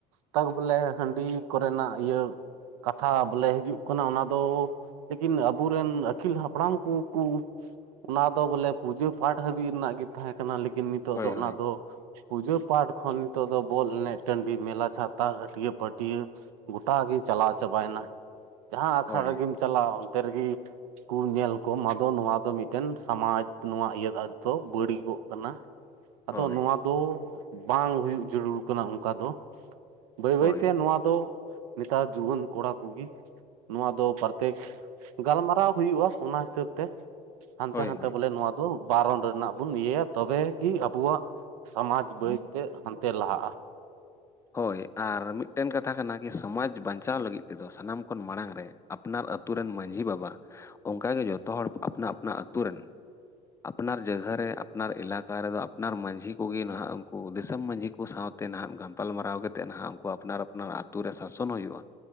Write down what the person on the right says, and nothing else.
ᱛ ᱵᱚᱞᱮ ᱦᱟᱺᱰᱤ ᱠᱚᱨᱮᱱᱟᱜ ᱤᱭᱟᱹ ᱠᱟᱛᱷᱟ ᱵᱚᱞᱮ ᱦᱤᱡᱩᱜ ᱠᱟᱱᱟ ᱚᱱᱟ ᱫᱚ ᱞᱮᱠᱤᱱ ᱟᱵᱚᱨᱮᱱ ᱟᱹᱜᱤᱞ ᱦᱟᱯᱲᱟᱢ ᱠᱚᱠᱚ ᱚᱱᱟ ᱫᱚ ᱵᱚᱞᱮ ᱯᱩᱡᱟᱹ ᱯᱟᱴ ᱦᱟᱹᱵᱤᱡ ᱨᱮᱱᱟᱜ ᱜᱮ ᱛᱟᱦᱮᱸ ᱠᱟᱱᱟ ᱞᱮᱠᱤᱱ ᱱᱤᱛᱚᱜ
ᱫᱚ
ᱚᱱᱟ ᱫᱚ ᱯᱩᱡᱟᱹ ᱯᱟᱴ ᱠᱷᱚᱱ ᱱᱤᱛᱚᱜ ᱫᱚ ᱵᱚᱞ ᱮᱱᱮᱡ ᱴᱟᱺᱰᱤ ᱢᱮᱞᱟ ᱪᱷᱟᱛᱟ ᱦᱟᱹᱴᱭᱟᱹ ᱯᱟᱹᱴᱭᱟᱹ ᱜᱚᱴᱟᱜᱮ ᱪᱟᱞᱟᱣ ᱪᱟᱵᱟᱭᱮᱱᱟ ᱡᱟᱦᱟᱸ ᱟᱠᱷᱲᱟ
ᱨᱮᱜᱮᱢ ᱪᱟᱞᱟᱣ ᱚᱱᱛᱮ ᱨᱮᱜᱮ ᱠᱚ ᱧᱮᱞ ᱠᱚ ᱟᱫᱚ ᱱᱚᱣᱟ ᱫᱚ ᱢᱤᱫᱴᱮᱱ ᱥᱚᱢᱟᱡᱽ ᱱᱚᱣᱟ ᱤᱭᱟᱹ ᱫᱚ ᱵᱟᱹᱲᱤᱡ ᱠᱟᱱᱟ ᱟᱫᱚ
ᱱᱚᱣᱟ ᱫᱚ ᱵᱟᱝ ᱦᱩᱭᱩᱜ ᱡᱟᱹᱨᱩᱲ ᱠᱟᱱᱟ ᱚᱱᱠᱟ ᱫᱚ᱾ ᱵᱟᱹᱭ
ᱵᱟᱹᱭ ᱛᱮ ᱱᱚᱣᱟ ᱫᱚ ᱱᱮᱛᱟᱨ ᱡᱩᱣᱟᱹᱱ ᱠᱚᱲᱟ ᱠᱚᱜᱮ ᱱᱚᱣᱟ ᱫᱚ ᱯᱨᱟᱛᱮᱠ ᱜᱟᱞᱢᱟᱨᱟᱣ ᱦᱩᱭᱩᱜᱼᱟ ᱚᱱᱟ ᱦᱤᱥᱟᱹᱵᱛᱮ ᱦᱟᱱᱛᱮ
ᱱᱟᱟᱱᱛᱮ
ᱵᱚᱞᱮ ᱱᱚᱣᱟ ᱫᱚ ᱵᱟᱨᱚᱱ ᱨᱮᱱᱟᱜ ᱵᱚᱱ ᱤᱭᱟᱹᱭᱟ ᱛᱚᱵᱮᱜᱮ ᱟᱵᱚᱣᱟᱜ ᱥᱚᱢᱟᱡᱽ ᱵᱟᱹᱭᱛᱮ ᱦᱟᱱᱛᱮ ᱞᱟᱦᱟᱜᱼᱟ᱾